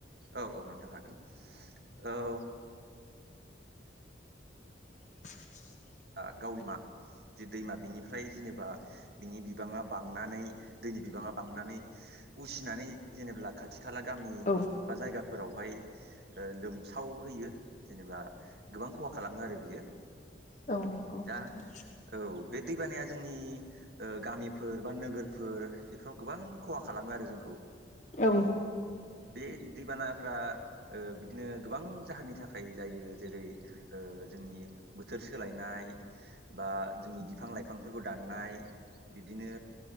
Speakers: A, on the right; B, on the left.
A: औ औ नोंथां हागोन औ
B: <inaudible>
A: ओ गावनि मा जे दैमा बिनिफ्राय जेनेबा बिनि बिबाङा बांनानै दैनि बिबाङा बांनानै उसिनानै जेनेब्ला खाथि खाला गामि
B: औ
A: बा जायगाफोरावहाय ओ लोमसाव होयो जेनेबा गोबां खहा खालामो आरो बियो।
B: औ नंगौ
A: दा
B: नोंथां
A: औ बे दैबानाया जोंनि ओ गामिफोर बा नोगोरफोर बेफोराव गोबां खहा खालामो आरो जोंखौ।
B: औ
A: बे दैबानाफ्रा ओ बिदिनो गोबां जाहोननि थाखाय जायो जेरै ओ जोंनि बोथोर सोलाय नाय बा जोंनि बिफां लाइफांफोरखौ दाननाय ओ बिब्दिनो